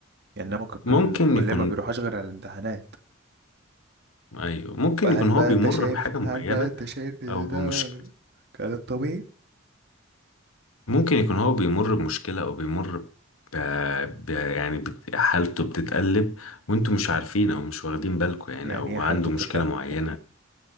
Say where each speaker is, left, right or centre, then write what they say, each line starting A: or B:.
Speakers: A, on the right; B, on the left.
A: يعني انما ك-
B: ممكن
A: ال- الكليه
B: يكون
A: ما بيروحش غير على الامتحانات
B: ايوه ممكن
A: فهل
B: يكون
A: بقى
B: هو بيمر
A: انت شايف
B: بحاجة معينة
A: هل بقى انت شايف ان
B: او بمشكلة
A: ده كلام طبيعي
B: ممكن يكون هو بيمر بمشكلة او بيمر ب... ب... يعني بت... حالته بتتقلب وانتوا مش عارفين او مش واخدين بالكم يعني
A: يعني
B: او
A: ايه حالته
B: عنده
A: بتتقلب
B: مشكلة معينة